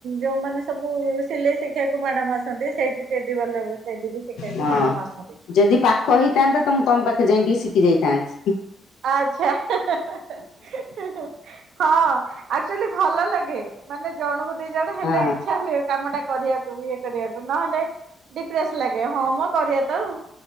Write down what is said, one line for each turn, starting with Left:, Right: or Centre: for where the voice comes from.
Right: ଯୋଉ ମାନେ ସବୁ ସିଲେଇ ଶିଖେଇ ବାକୁ ମ୍ୟାଡାମ ଆ ଆସନ୍ତି ସେଇଠି ଟେଡି ବାଲା ଟେଡି ବି ଶିଖେଇବାକୁ
Left: ହଁ
Right: ମ୍ୟାଡାମ ଆସନ୍ତି।
Left: ଯଦି ପାଖ ହେଇଥାନ୍ତା ତ ମୁଁ ତମ ପାଖେ ଯାଇ ଟିକି ଶିଖି ଯାଇଥାନ୍ତି।
Right: ଆଛା ହେଁ ହେଁ ହେଁ ହେଁ ହଁ ଆକ୍ଚୁଆଲି ଭଲ ଲାଗେ। ମାନେ ଜଣକୁ ଦି ଜଣ ହେଲେ
Left: ହଁ
Right: ଇଚ୍ଛା ହୁଏ କାମ ଟା କରିବାକୁ ଇଏ କରିବାକୁ ନହେଲେ। ଡିପ୍ରେସ୍ ଲାଗେ ହଁ ମ କରିବା ତ ଆଉ